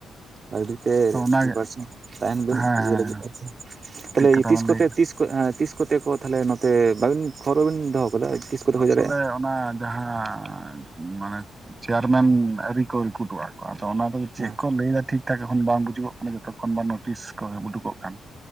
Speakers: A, on the right (about 50°); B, on the right (about 30°).
A: ᱟᱰᱤ ᱛᱮ
B: ᱚᱱᱟᱜᱮ
A: ᱯᱤᱯᱟᱨᱥᱮᱱ ᱛᱟᱦᱮᱱ ᱵᱮᱱ
B: ᱦᱮᱸ ᱦᱮᱸ
A: ᱤᱭᱟᱹ ᱞᱟᱹᱜᱤᱫ ᱟᱨᱠᱤ
B: ᱴᱷᱤᱠ
A: ᱛᱟᱦᱚᱞᱮ
B: ᱠᱟᱛᱷᱟ
A: ᱛᱤᱥ
B: ᱵᱮᱱ ᱞᱟᱹᱭ
A: ᱠᱚᱛᱮ
B: ᱠᱟᱜ
A: ᱛᱤᱥ ᱮᱹ ᱛᱤᱥ ᱠᱚᱛᱮ ᱠᱚ ᱛᱟᱦᱚᱞᱮ ᱱᱚᱛᱮᱻ ᱵᱟᱵᱤᱱ ᱠᱷᱚᱨᱟᱚᱵᱤᱱ ᱫᱚᱦᱚ ᱠᱟᱫᱟ ᱛᱤᱥ ᱠᱚᱛᱮ
B: ᱟᱥᱚᱞᱮ
A: ᱦᱩᱭ ᱫᱟᱲᱮᱭᱟᱜᱼᱟ?
B: ᱚᱱᱟ ᱡᱟᱦᱟᱸᱻ ᱢᱟᱱᱮ ᱪᱮᱭᱟᱨᱢᱮᱱ ᱟᱹᱨᱤ ᱠᱚ ᱨᱤᱠᱩᱴᱚᱜᱼᱟ᱾ ᱟᱫᱚ ᱚᱱᱟ ᱫᱚ ᱪᱮᱫ
A: ᱦᱮᱸ
B: ᱠᱚ ᱞᱟᱹᱭᱮᱫᱟ ᱴᱷᱤᱠ ᱴᱷᱟᱠ ᱮᱠᱷᱚᱱ ᱵᱟᱝ ᱵᱩᱡᱩᱜᱚᱜ ᱠᱟᱱᱟ ᱡᱚᱛᱚ ᱠᱷᱚᱱ ᱵᱟᱝ ᱱᱳᱴᱤᱥ ᱠᱚ ᱩᱰᱩᱠᱚᱜ ᱠᱟᱱ᱾